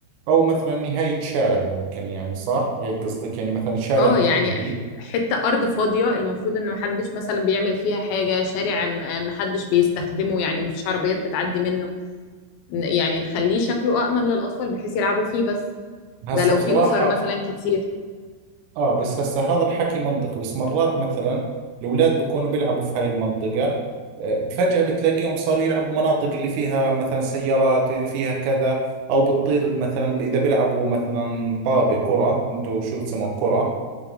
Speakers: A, on the right; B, on the left.
A: او مثلا نهاية شارع ممكن يعني صح هيك قصدك يعني مثلا شارع
B: اه
A: بينتهي
B: يعني ح- حته ارض فاضيه المفروض ان محدش مثلا بيعمل فيها حاجه شارع م- محدش بيستخدمه يعني مفيش عربيات بتعدي منه ن- يعني نخليه شكله أأمن للأطفال بحيث يلعبوا فيه بس
A: هسه
B: ده لو
A: بصراحة
B: في أسر مثلا كتير
A: اه بس هسه هذا الحكي منطق بس مرات مثلا الاولاد بكونوا بيلعبوا في هاي المنطقة آه، فجأة بتلاقيهم صاروا يلعبوا مناطق اللي فيها مثلا سيارات اللي فيها كذا او بتطير مثلا اذا بيلعبوا مثلا طابة كرة انتوا شو بتسموها كرة